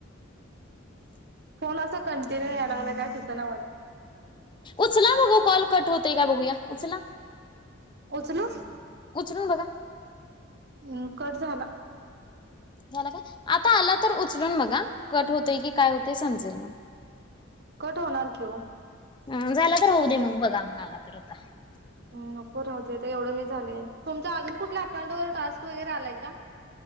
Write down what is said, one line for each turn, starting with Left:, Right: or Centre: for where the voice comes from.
Right: फोन अस कं तेला न्याय लागलं की आठवतं ना मग. <unintelligible>
Left: उचला बघू कॉल कट होतय का बघूया उचला उत
Right: उचलू
Left: उचलून बघा?
Right: हम्म कट झाला.
Left: झाला का आता आला तर उचलून बगा कट होतंय की काय होतंय समजेल
Right: कट होणार की ओ.
Left: अ झाला तर होऊ दे मग बघा मग आला तर आता.
Right: अन नको राहुदे ते एवढं हे झाले तुमच अजून कुठल्या अकाउंट वर टास्क वगैरे आलाय का?